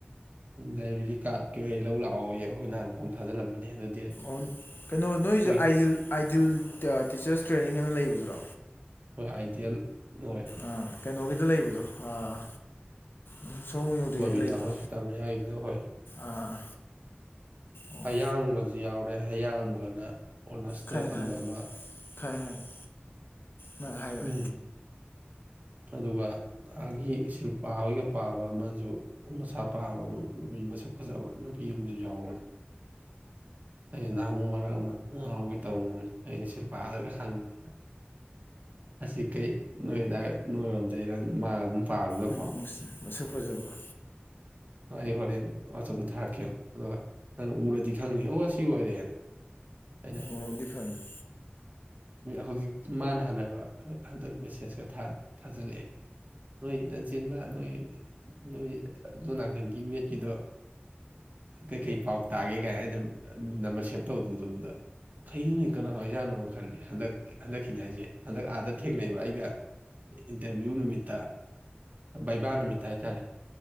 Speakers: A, on the right; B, on the left.
A: ꯂꯥꯏꯕ꯭ꯔꯦꯔꯤ ꯀꯥꯔꯠ ꯀꯩꯀꯩ ꯂꯧ ꯂꯥꯛꯑꯣ ꯑꯩꯈꯣꯏ ꯅꯥꯟ ꯐꯣꯝ ꯊꯥꯖꯤꯜꯂꯝꯕꯅꯦ ꯑ ꯑꯗꯨ ꯗꯦꯠ
B: ꯑꯣ ꯀꯩꯅꯣ ꯅꯣꯏꯁ
A: ꯇꯣꯏ
B: ꯑꯥꯏꯗꯤꯜ ꯑꯥꯏꯗꯤꯜ ꯇꯤꯆꯔꯁ ꯇ꯭ꯔꯦꯅꯤꯡ ꯑꯅ ꯂꯩꯕꯗꯨꯔꯣ
A: ꯍꯣꯏ ꯑꯥꯏꯗꯤꯌꯥꯜ ꯍꯣꯏ
B: ꯑꯥ ꯀꯩꯅꯣꯒꯤꯗꯣ ꯂꯩꯕꯗꯣ ꯑꯥ ꯎꯝ ꯁꯣꯃ ꯌꯧꯗ꯭ꯔꯤꯉꯩꯁꯨ
A: ꯕꯕꯤꯅꯥ
B: ꯂꯩꯗꯣ
A: ꯍꯣꯁꯄꯤꯇꯥꯜ ꯃꯌꯥꯒꯤꯗꯨꯗ ꯍꯣꯏ
B: ꯑꯥ ꯑꯣ
A: ꯑꯌꯥꯡꯕꯁꯨ ꯌꯥꯎꯔꯦ ꯑꯌꯥꯡꯕꯅ ꯑꯣꯅꯔꯁꯇ
B: ꯈꯪꯉꯦ
A: ꯇꯝꯕ
B: ꯈꯪꯉꯦ
A: ꯑꯃ
B: ꯈꯪꯉꯦ ꯈꯪꯉꯦ ꯅꯪ ꯍꯥꯏꯈ꯭ꯔꯦ
A: ꯎꯝ ꯑꯗꯨꯒ ꯑꯩꯒꯤ ꯁꯤꯜꯄꯥ ꯍꯣꯏꯒ ꯄꯥꯕ ꯑꯃꯁꯨ ꯃꯁꯥ ꯄꯥꯕ ꯃꯤ ꯃꯁꯛ ꯐꯖꯕ ꯅꯨꯄꯤ ꯑꯃꯁꯨ ꯌꯥꯎꯔꯅꯤ ꯑꯩꯅ ꯅꯍꯥꯨ ꯃꯔꯛ ꯑꯃ ꯉꯥꯎꯒ ꯇꯧꯅꯤ ꯑꯩꯅ ꯁꯤꯜꯄꯥꯗꯒ ꯍꯥꯡꯕꯗ ꯑꯁꯤ ꯀꯩ ꯅꯣꯏꯗꯥ ꯅꯣꯏꯔꯣꯝꯗꯔ ꯃꯥꯒ ꯑꯗꯨꯝ ꯄꯥꯕꯗꯨꯗꯀꯣ
B: ꯎꯝ ꯃꯁꯛ ꯐꯖꯕ꯭ꯔꯣ
A: ꯑꯩ ꯍꯣꯔꯦꯟ ꯋꯥꯆꯞꯇ ꯊꯥꯔꯛꯀꯦ ꯌꯦꯡꯉꯣ ꯑꯗꯨꯒ ꯅꯪ ꯎꯔꯗꯤ ꯈꯪꯅꯤ ꯑꯣ ꯁꯤ ꯑꯣꯏꯔꯦꯅ ꯑꯩꯅ
B: ꯎꯔꯕꯨꯗꯤ ꯈꯪꯉꯦ
A: ꯍꯧꯖꯤꯛꯇꯤ ꯃꯥꯅ ꯍꯥꯟꯅꯒ ꯍꯟꯗꯛ ꯃꯦꯁꯦꯁꯀ ꯊꯥ ꯊꯥꯖꯤꯜꯂꯛꯑꯦ ꯅꯣꯏ ꯅꯪꯁ ꯆꯤꯟꯕ ꯅꯣꯏ ꯅꯣꯏ ꯑꯗꯨꯅꯥꯀꯟꯒꯤ ꯃꯦꯠꯀꯤꯗꯣ ꯀꯩꯀꯩ ꯄꯥꯎ ꯇꯥꯒꯦ ꯀꯥꯏꯅ ꯑꯩꯅ ꯅꯝꯕꯔ ꯁꯦꯞ ꯇꯧꯗꯗꯣ ꯑꯗꯨꯗ ꯀꯩꯅꯣꯅꯦ ꯀꯅꯥꯋꯥꯏꯖꯥꯅꯣ ꯈꯜꯂꯤ ꯍꯟꯗꯛ ꯍꯟꯗꯛꯀꯤꯅꯦ ꯍꯥꯏꯁꯦ ꯍꯟꯗꯛ ꯑꯥꯗ ꯊꯦꯡꯅꯩꯕ ꯑꯩꯒ ꯏꯟꯇꯔꯚ꯭ꯌꯨ ꯅꯨꯃꯤꯠꯇ ꯚꯩꯕꯥ ꯅꯨꯃꯤꯠꯇ ꯍꯥꯏꯇꯥꯔꯦ